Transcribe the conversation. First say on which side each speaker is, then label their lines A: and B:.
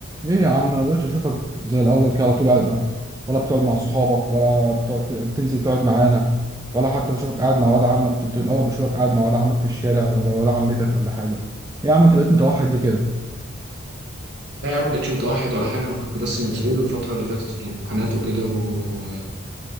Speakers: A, on the right (about 15°); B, on the right (about 55°).
A: ايه يا عم انا مبقتش اشوفك زي الاول كده على طول قاعد- ولا بتقعد مع صحابك ولا بتقعد بتنزل تقعد معانا ولا حتى بشوفك قاعد مع ولاد عمك كنت الاول بشوفك قاعد مع ولاد عمك في الشارع ولا ولاد عمتك ولا حاجه ايه يا عم انت بقيت متوحد ليه كده
B: لا يا عم مبقتش متوحد ولا حاجة أنا كنت بس مشغول الفترة اللي فاتت في الامتحانات وكده و...